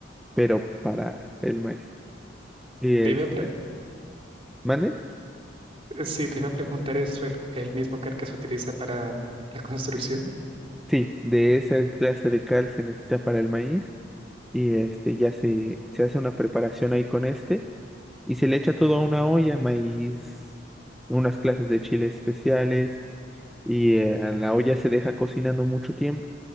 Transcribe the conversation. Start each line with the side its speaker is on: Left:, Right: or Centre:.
Centre: pero para el maíz. Y este,
Right: Te iba a pre-
Centre: ¿mande?
Right: eh, sí, te iba a preguntar eso, el, el mismo cal que se utiliza para la construcción.
Centre: Sí, de esa clase de cal se necesita para el maíz. Y este ya se, se hace una preparación ahí con este. y se le echa todo a una olla, maíz, unas clases de chiles especiales y eh, a la olla se deja cocinando mucho tiempo.